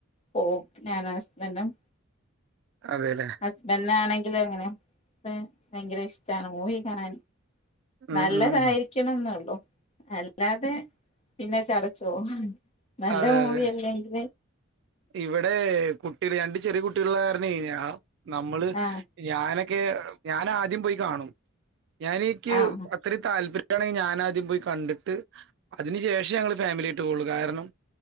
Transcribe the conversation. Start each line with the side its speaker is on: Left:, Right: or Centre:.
Left: പോവും ഞാനും ഹസ്ബന്റും
Right: അതെല്ലേ
Left: ഹസ്ബെൻഡ് ആണങ്കി അങ്ങനെ ഭയങ്കര ഇഷ്ടമാണ് മൂവി കാണാൻ
Right: ഉം
Left: നല്ലതായിരിക്കണം
Right: ഉം ഉം
Left: എന്ന ഉള്ളു അല്ല അല്ലാതെ പിന്നെ ചടച്ചോ ഉം നല്ല
Right: അതെ
Left: മൂവി
Right: അതെ
Left: അല്ലേ
Right: ഇവിടെ കുട്ടിക രണ്ട് ചെറിയ കുട്ടികള് കാരണം ആ നമ്മള്
Left: ആഹ്
Right: ഞാനൊ ക്കെ ഞാൻ ആദ്യം പോയി കാണും ഞാന് ക്ക്
Left: ആഹ്
Right: അത്ര താല്പര്യം ണെങ്കിൽ ഞാനാദ്യം പോയി കണ്ടിട്ട് അതിന് ശേഷം ഞങ്ങള് ഫാമിലി ആയിട്ട് പോവള്ളു കാരണം